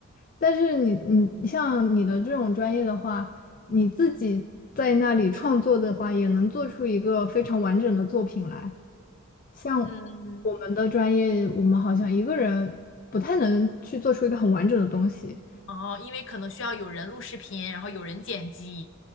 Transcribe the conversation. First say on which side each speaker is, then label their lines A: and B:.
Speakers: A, on the left (about 40°); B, on the left (about 60°).
A: 但是你你像你的这种专业的话，你自己在那里创作的话，也能做出一个非常完整的作品来。像
B: 嗯，
A: 我们的专业，我们好像一个人不太能去做出一个很完整的东西。
B: 哦，因为可能需要有人录视频，然后有人剪辑，